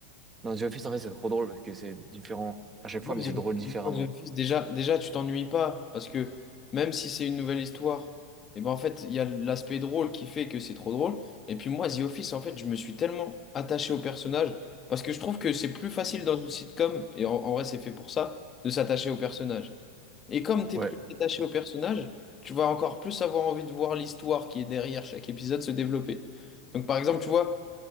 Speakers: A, on the right; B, on the left.
A: Dans The Office, en fait, c'est trop drôle parce que c'est différent à chaque fois,
B: moi,
A: mais
B: The
A: c'est drôle différemment.
B: moi, The Office, déjà, déjà, tu t'ennuies pas parce que même si c'est une nouvelle histoire, et ben en fait, il y a l'aspect drôle qui fait que c'est trop drôle. Et puis moi, The Office, en fait, je me suis tellement attaché au personnage parce que je trouve que c'est plus facile dans une sitcom, et en, en vrai, c'est fait pour ça, de s'attacher au personnage. Et comme tu
A: Ouais.
B: es plus détaché au personnage, tu vas encore plus avoir envie de voir l'histoire qui est derrière chaque épisode se développer. Donc par exemple, tu vois,